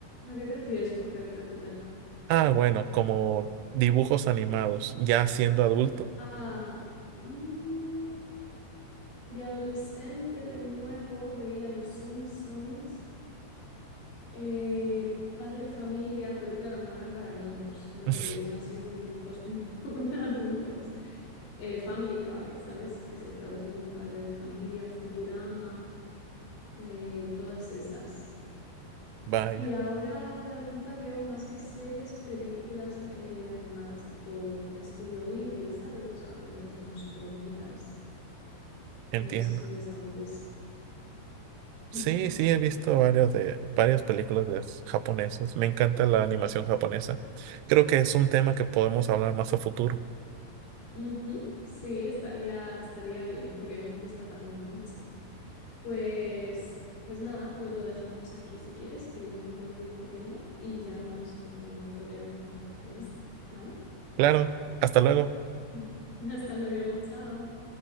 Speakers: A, on the left; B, on the right.
A: ¿A qué te refieres por caricatura?
B: Ah, bueno, como dibujos animados, ya siendo adulto.
A: Ah, mm, de adolescente de nuevo veía Los Simpsons. Eh, Padre Familia, pero claro, no eran para niños esas
B: <laughs>
A: series, eran series de dibujos tipo <laughs> de adultos. Eh, Family Guy, ¿sabes? Que se tradujo como Padre de Familia, Futurama, eh, todas esas.
B: Vaya,
A: Y ahora de adulta veo más que series, películas eh, animadas, tipo Estudio Ghibli, ¿sabes? Las japonesas que son súper bonitas.
B: entiendo.
A: No sé si tú ves algo de eso. <laughs>
B: Sí, sí, he visto varias de varias películas de s- japonesas. Me encanta la animación japonesa. Creo que es un tema que podemos hablar más a futuro.
A: Ujú, Sí, estaría, estaría bien, porque a mí me gusta también mucho. Pues, pues nada, pues lo dejamos aquí si quieres, que yo me tengo que ir corriendo y ya hablamos en otro momento de animación japonesa, ¿vale?
B: Claro, hasta luego.
A: <laughs> Hasta luego, chao.